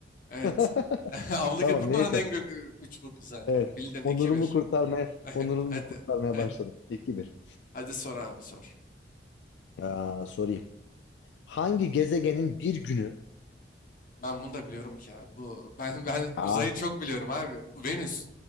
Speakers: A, on the left (about 50°); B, on the left (about 75°).
A: Evet.
B: <laughs>
A: <laughs> Abla
B: Tamam
A: Burnu
B: neyse.
A: oranın en gök üç burnu zaten.
B: Evet.
A: Bildin
B: Onurumu
A: iki bir.
B: kurtarmaya
A: <laughs>
B: onurumu
A: Hadi.
B: kurtarmaya
A: <laughs>
B: başladım. 2 bir.
A: Hadi sor abi sor.
B: Aa, sorayım. Hangi gezegenin bir günü
A: Ben bunu da biliyorum ki ya. Bu ben ben
B: Aa,
A: uzayı çok biliyorum abi. Venüs.